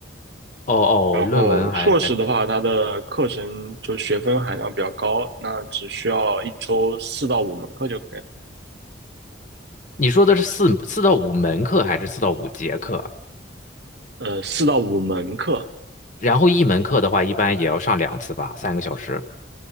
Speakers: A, on the left; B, on the right.
A: 哦哦，
B: 然后硕士的话，
A: 论文还还，
B: 它的课程就学分含量比较高，那只需要一周四到五门课就可以了。
A: 你说的是四四到五门课还是四到五节课？
B: 呃，四到五门课，
A: 然后一门课的话，一般也要上两次吧，三个小时，